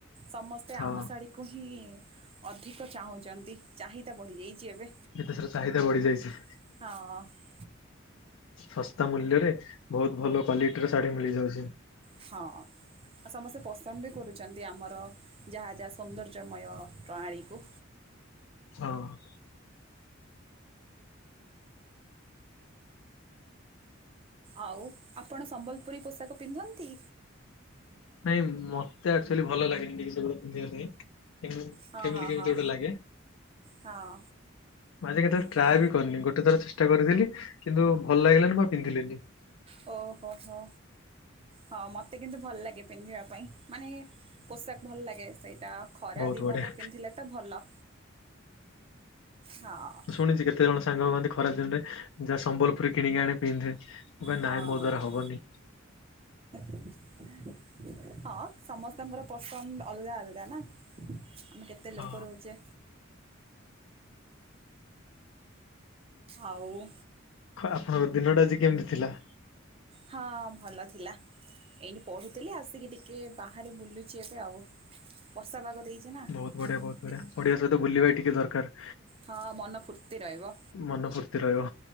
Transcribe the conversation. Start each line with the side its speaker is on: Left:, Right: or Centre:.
Right: ସମସ୍ତେ
Left: ହଁ।
Right: ଆମ ଶାଢ଼ୀ ତାକୁ ହିଁ ଅଧିକ ଚାହୁଁଛନ୍ତି ଚାହିଦା ବଢ଼ିଯାଇଛି ଏବେ।
Left: ଦେଶର ଚାହିଦା ବଢ଼ିଯାଇଛି।
Right: ହଁ।
Left: ଶସ୍ତା ମୂଲ୍ୟରେ ବହୁତ ଭଲ କ୍ଵାଲିଟିର ଶାଢ଼ୀ ମିଳିଯାଉଛି।
Right: ହଁ। ଆଉ ସମସ୍ତେ ପସନ୍ଦ ବି କରୁଚନ୍ତି ଆମର, ଯାହା ଯାହା ସୌନ୍ଦର୍ଯ୍ୟମୟ ପ୍ରଣାଳୀ କୁ।
Left: ହଁ।
Right: ଆଉ ଆପଣ ସମ୍ବଲପୁରୀ ପୋଷାକ ପିନ୍ଧନ୍ତି?
Left: ନାଇଁ, ମତେ ଆକ୍ଚୁଆଲି ଭଲ ଲାଗେନି, ଟିକେ ସେଗୁଡା ପିନ୍ଧିବା ପାଇଁ କେମ୍
Right: ହଁ
Left: କେମିତି
Right: ହଁ
Left: କେମିତି
Right: ହଁ
Left: ଗୋଟେ ଲାଗେ?
Right: ହଁ
Left: ମୁଁ ଆଜି କେତେଳେ ଟ୍ରାଏ
Right: ମତ
Left: ବି କରିନି। ଗୋଟେ ଥର ଚେଷ୍ଟା କରିଥିଲି, କିନ୍ତୁ ଭଲ ଲାଗିଲାନି, ମୁଁ ଆଉ ପିନ୍ଧିଲିନି।
Right: ଓ ହୋ, ହୋ। ହଁ, ମତେ କିନ୍ତୁ ଭଲ ଲାଗେ ପିନ୍ଧିବା ପାଇଁ। ମାନେ, ପୋଷାକ ଭଲ ଲାଗେ, ସେଇଟା ଖରା
Left: ବହୁତ
Right: ଦିନରେ
Left: ବଢିଆ
Right: ପିନ୍ଧିଲେ ତ ଭଲ, ହଁ।
Left: ଶୁଣିଚି, କେତେ ଜଣ ସାଙ୍ଗ କୁଅନ୍ତି? ଖରା ଦିନରେ, ଯା ସମ୍ବଲପୁରୀ କିଣିକି ଆଣେ ପିନ୍ଧେ। ମୁଁ କହେ
Right: ହଁ-ଅଁ
Left: ନାଇଁ ମୋ ଦ୍ଵାରା ହବନି
Right: <unintelligible> ହଁ, ସମସ୍ତଙ୍କର ପସନ୍ଦ ଅଲଗା ଅଲଗା ନା। ଆମେ କେତେ
Left: ହଁ।
Right: ଲୋକ ରହୁଚେ? ଆଉ
Left: ଖ ଆପଣଙ୍କ ଦିନଟା ଆଜି କେମିତି ଥିଲା?
Right: ହଁ, ଭଲ ଥିଲା। ଏଇଠି ପଢ଼ୁଥିଲି ଆସିକି ଟିକେ ବାହାରେ ବୁଲୁଚି ଏବେ ଆଉ। ବର୍ଷା ପାଗ‌ ଦେଇଚି ନା!
Left: ବହୁତ ବଢ଼ିଆ! ବହୁତ
Right: ଟିକେ-
Left: ବଢିଆ! ପଢ଼ିବା ସହିତ ବୁଲିବା ଟିକେ ଦରକାର।
Right: ହଁ, ମନ ଫୁର୍ତ୍ତି ରହିବ।
Left: ମନ ଫୁର୍ତ୍ତି ରହିବ